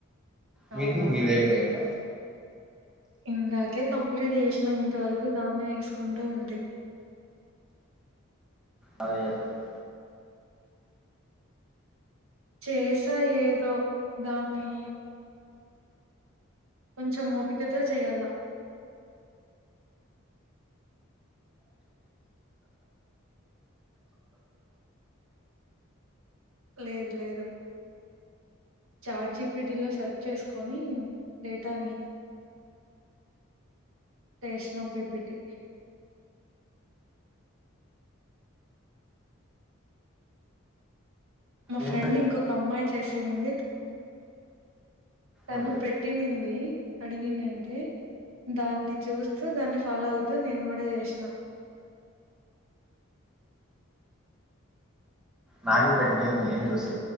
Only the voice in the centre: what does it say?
మీది
మీది అయిపోయింద
అదే చేస్తాంటివ
ఏం
ఓకే
నాకి పెట్టింటే కదా నేను చూసి